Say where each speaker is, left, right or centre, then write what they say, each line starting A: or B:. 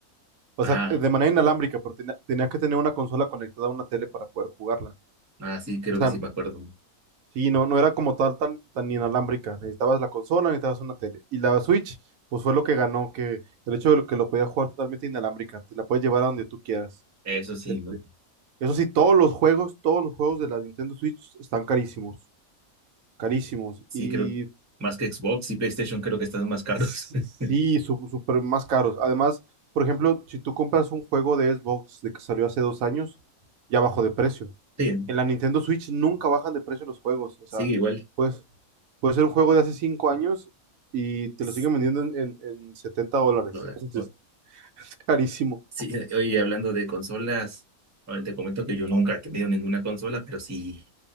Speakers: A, on the right (about 80°); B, on the right (about 15°).
A: O
B: Ah,
A: sea, de manera inalámbrica, pero tenía, tenía que tener una consola conectada a una tele para poder jugarla.
B: ah, sí, creo
A: O sea,
B: que sí me acuerdo.
A: Sí, no, no era como tal tan, tan inalámbrica. Necesitabas la consola, necesitabas una tele. Y la Switch, pues fue lo que ganó, que el hecho de lo que lo podías jugar totalmente inalámbrica, te la puedes llevar a donde tú quieras.
B: Eso sí,
A: Este,
B: ¿no?
A: eso sí, todos los juegos, todos los juegos de la Nintendo Switch están carísimos, carísimos.
B: Sí,
A: Y,
B: creo.
A: y
B: Más que Xbox y PlayStation creo que están más caros.
A: Sí,
B: <laughs>
A: su- súper más caros. Además, por ejemplo, si tú compras un juego de Xbox de que salió hace dos años, ya bajó de precio.
B: Sí, ¿no?
A: En la Nintendo Switch nunca bajan de precio los juegos. O
B: sigue
A: sea,
B: igual.
A: pues puede ser un juego de hace cinco años y te
B: S-
A: lo siguen vendiendo en, en, en 70 dólares.
B: lo
A: Entonces,
B: o-
A: <laughs> es carísimo.
B: Sí, hoy hablando de consolas, ahora te comento que yo nunca he tenido ninguna consola, pero sí,